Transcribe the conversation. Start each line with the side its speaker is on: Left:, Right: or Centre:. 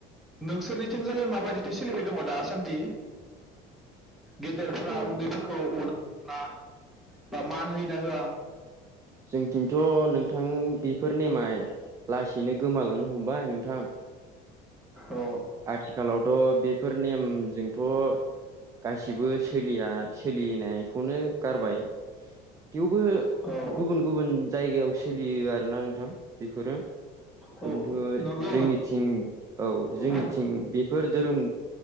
Centre: नोंसोरनिथिंजालाय माबायदिथो सोलिबाय दङ दासान्दि। गेदेरफोरा
Right: ओ
Centre: उन्दैफोरखौ अनो बा मान होयो ना होआ?
Right: जोंथिंथ' नोंथां फोर नेमा लासैनो गोमालांनो हमबाय नोंथां।
Centre: अ
Right: आथिखालावथ' बेफोर नेमजोंथ'ओ गासिबोलिया सोलिनायखौनो गारबाय। थेवबो
Centre: अ
Right: ओ
Centre: औ
Right: गुबुन गुबुन जायगायाव सोलियो आरो ना नोंथां बेफोरो
Centre: औ
Right: खन्थु
Centre: नंगौ
Right: जोंनिथिं औ
Centre: नंगौ
Right: जोंनिथिं बेफोर धोरोम